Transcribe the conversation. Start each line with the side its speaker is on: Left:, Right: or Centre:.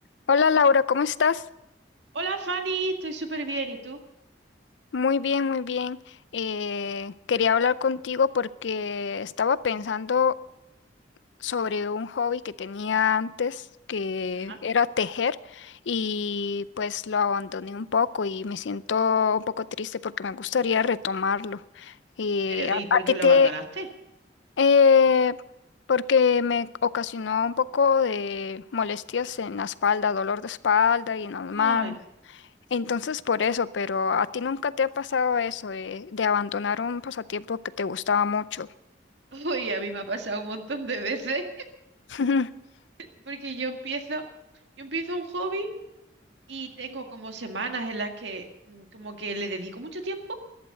Left: Hola Laura, ¿cómo estás?
Right: Hola Fanny, estoy súper bien. ¿Y tú?
Left: Muy bien, muy bien. Eh, quería hablar contigo porque estaba pensando sobre un hobby que tenía antes, que
Right: Ajá.
Left: era tejer, y pues lo abandoné un poco y me siento un poco triste porque me gustaría retomarlo. Eh,
Right: Pero,
Left: a,
Right: ¿y por
Left: a
Right: qué
Left: ti ¿Por
Right: lo
Left: qué?
Right: abandonaste?
Left: te... eh, porque me ocasionó un poco de molestias en la espalda, dolor de espalda y en las manos.
Right: Ay,
Left: Entonces por eso, pero ¿a ti nunca te ha pasado eso de, de abandonar un pasatiempo que te gustaba mucho?
Right: uy, a mí me ha pasado un montón de veces.
Left: <laughs>
Right: <laughs> Porque yo empiezo, yo empiezo un hobby y tengo como semanas en las que mm, como que le dedico mucho tiempo